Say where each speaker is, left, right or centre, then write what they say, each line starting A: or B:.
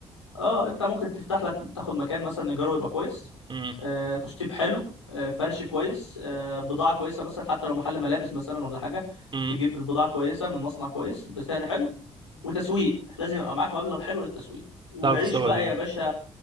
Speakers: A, on the left; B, on the right.
A: اه انت ممكن تفتح لك تاخد مكان مثلا ايجاره يبقى كويس
B: امم
A: آه، تشطيب حلو آه، فرش كويس آه، بضاعه كويسه مثلا حتى لو محل ملابس مثلا ولا حاجه
B: امم
A: تجيب البضاعه كويسه من مصنع كويس بسعر حلو وتسويق لازم يبقى معاك مبلغ حلو للتسويق وعيش
B: تعرف السبب
A: بقى
B: ايه
A: يا باشا